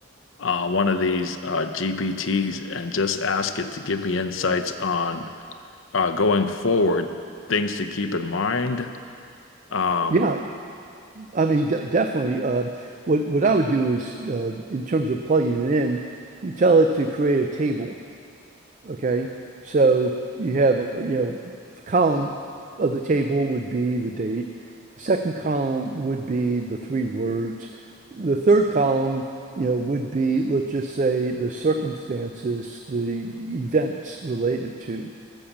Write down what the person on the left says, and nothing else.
uh, one of these uh, GPTs and just ask it to give me insights on uh, going forward, things to keep in mind. Um,